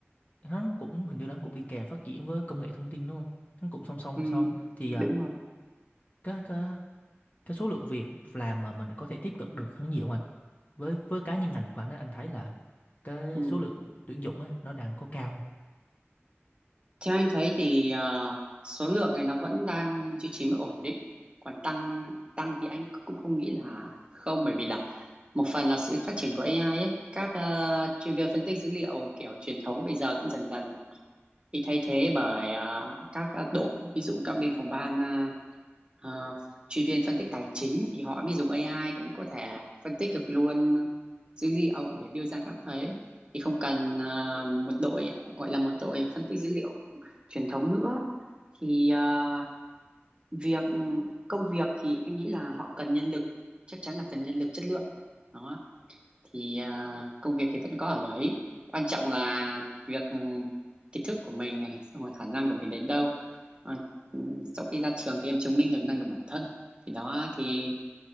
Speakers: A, on the left; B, on the right.
A: nó cũng hình như nó cũng đi kèm phát triển với công nghệ thông tin đúng không nó cũng song song
B: Ừ,
A: song thì
B: đúng
A: ờ,
B: rồi.
A: cái cái cái số lượng việc làm mà mình có thể tiếp cận được hắn nhiều không anh với với cá nhân ngành của anh á, anh thấy là cái
B: Ừ.
A: số lượng tuyển dụng ấy nó đang có cao không
B: Theo anh thấy thì ờ, số lượng này nó vẫn đang duy trì mức ổn định. Còn tăng tăng thì anh cũng không nghĩ là không bởi vì là một phần là sự phát triển của AI ấy, các ờ, chuyên viên phân tích dữ liệu kiểu truyền thống bây giờ cũng dần dần bị thay thế bởi ờ, các ờ, đội ví dụ các bên phòng ban ờ, Ờ, chuyên viên phân tích tài chính thì họ biết dùng AI cũng có thể phân tích được luôn ờ, dữ liệu để đưa ra các ấy thì không cần ờ, một đội gọi là một đội phân tích dữ liệu truyền thống nữa thì ờ, việc công việc thì anh nghĩ là họ cần nhân lực chắc chắn là cần nhân lực chất lượng đó thì à, công việc thì vẫn có ở đấy quan trọng là việc ừ, kiến thức của mình này xong rồi khả năng của mình đến đâu à, ừ, sau khi ra trường thì em chứng minh được năng lực bản thân thì đó thì